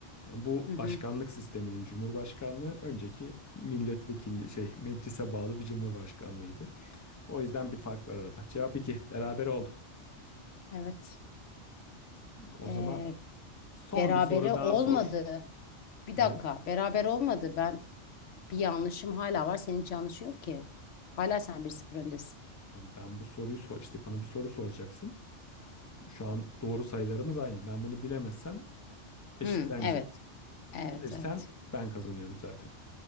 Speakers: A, on the left (about 15°); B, on the left (about 75°).
A: Yani bu
B: Hı hı,
A: başkanlık sisteminin cumhurbaşkanlığı önceki milletvekili şey meclise bağlı bir cumhurbaşkanlığıydı. O yüzden bir fark var arada. Cevap iki Beraber oldu.
B: evet.
A: O
B: Ee,
A: zaman son
B: berabere
A: bir soru daha
B: olmadı.
A: sor.
B: Bir
A: Niye?
B: dakika. Beraber olmadı. Ben Bir yanlışım hala var. Senin hiç yanlışın yok ki. Hala sen bir sıfır öndesin.
A: Tamam ben bu soruyu sor işte bana bir soru soracaksın. Şu an doğru sayılarımız aynı. Ben bunu bilemezsem Eşitlenecek.
B: Hı, evet. Evet,
A: Bilirsem
B: evet.
A: ben kazanıyorum zaten.